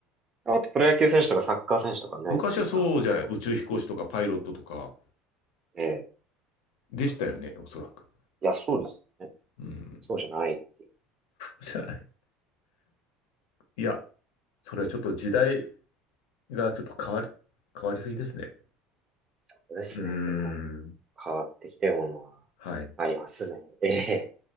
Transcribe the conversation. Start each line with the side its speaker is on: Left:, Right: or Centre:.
Right: あとプロ野球選手とかサッカー選手とかね、
Left: 昔はそうじゃない。
Right: あの、ところ
Left: 宇宙飛行士とかパイロットとか
Right: ええ。
Left: でしたよね、おそらく。
Right: いや、そうですね。
Left: うん。
Right: そうじゃないっていう
Left: じゃない。いや、それはちょっと時代がちょっと変わり、変わりすぎですね。
Right: ことですね。
Left: うー
Right: 結構
Left: ん。
Right: 変わってきたような、
Left: はい。
Right: ありますね。ええ。